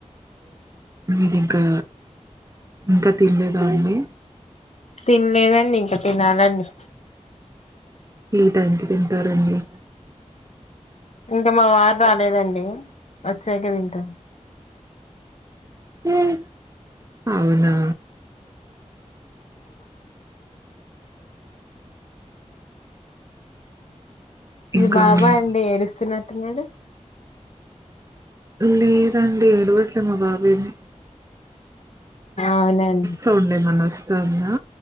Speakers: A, on the right (about 25°); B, on the left (about 65°).
A: మీది ఇంకా ఇంకా తినేదా అండి
B: తిన్లేదండి ఇంక తినాలండి
A: ఈ టైంకి తింటారండి
B: ఇంక మా వార్ రాలేదండీ వచ్చాకే తింటాం
A: ఊఁ ఔనా
B: ఇది
A: ఇంకా
B: బాబా
A: మీ
B: అండి ఏడుస్తున్నట్టున్నాడు
A: లేదండీ ఏడువట్లే మా బాబేమో
B: ఔనన్
A: సౌండ్ ఏమన్నా వస్తాందా?